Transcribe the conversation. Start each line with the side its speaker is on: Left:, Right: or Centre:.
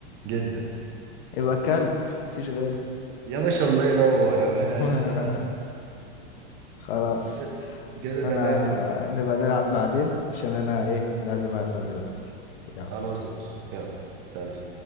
Right: جدا
Left: يبقى كلب مفيش غيره
Right: يا باشا الله ينور يا باشا
Left: <laughs> خلاص
Right: كده كده
Left: انا
Right: تمام يا صاحبي
Left: نبقى نلعب بعدين عشان انا ايه لازم اقفل دلوقتي يلا
Right: خلاص ماشي يلا سلام